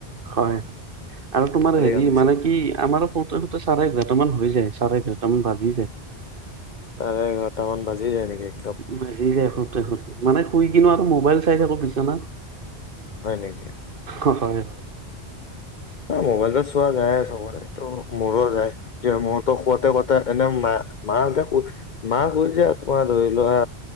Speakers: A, on the right; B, on the left.
A: হয় হয়, আৰু তোমাৰ হেৰি
B: কামুৰি
A: মানে কি আমাৰ শুতে শুতে চাৰে এঘাৰটা মান হৈ যায়। চাৰে এঘাৰটা মান বাজি যায়।
B: চাৰে এঘাৰটামান বাজি যায় নেকি? একদম
A: বাজি যায় শুতে শুতে, মানে শুই কিনেও আৰু মোবাইল চাই থাকো বিচনাত।
B: হয় নেকি?
A: হয় হয় হয়।
B: অ' মোবাইল চোৱা যায় চবৰেটো মোৰো যায়, মোৰতো শুৱাতে শুৱাতে, ‌ এনে মা মাহতে ক মা কৈ যে তোমাৰ ধৰি লোৱা